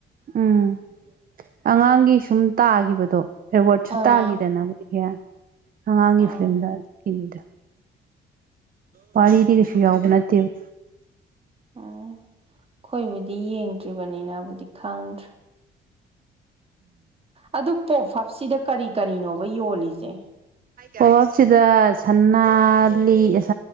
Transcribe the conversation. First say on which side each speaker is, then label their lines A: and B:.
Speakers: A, on the right; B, on the right.
A: ꯎꯝ ꯑꯉꯥꯡꯒꯤ ꯁꯨꯝ ꯇꯥꯈꯤꯕꯗꯣ ꯑꯦꯋꯥꯔꯗꯁꯨ
B: ꯑꯥ
A: ꯇꯥꯈꯤꯗꯅ ꯃꯣꯏꯒꯤ ꯑꯉꯥꯡꯒꯤ
B: ꯑꯥ
A: ꯐꯤꯂꯝꯗ ꯑꯗꯨꯒꯤꯅꯤꯗ ꯋꯥꯔꯤꯗꯤ ꯀꯁꯨ ꯌꯥꯎꯕ ꯅꯠꯇꯦꯕ
B: ꯎꯝ ꯑꯩꯈꯣꯏꯕꯨꯗꯤ ꯌꯦꯡꯗ꯭ꯔꯤꯕꯅꯤꯅꯕꯨꯗꯤ ꯈꯪꯗ꯭ꯔꯦ ꯑꯗꯨ ꯄꯣꯞ ꯍꯞꯁꯤꯗ ꯀꯔꯤ ꯀꯔꯤꯅꯣꯕ ꯌꯣꯜꯂꯤꯁꯦ
A: ꯄꯣꯞ ꯎꯞ ꯁꯤꯗ ꯁꯅꯥ ꯂꯤꯛ